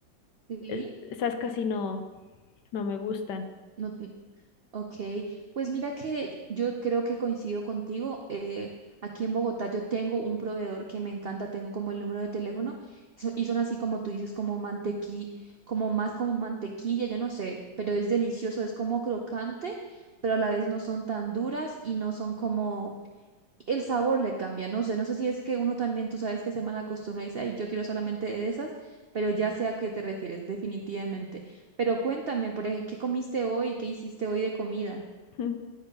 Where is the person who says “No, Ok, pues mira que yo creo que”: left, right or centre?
Right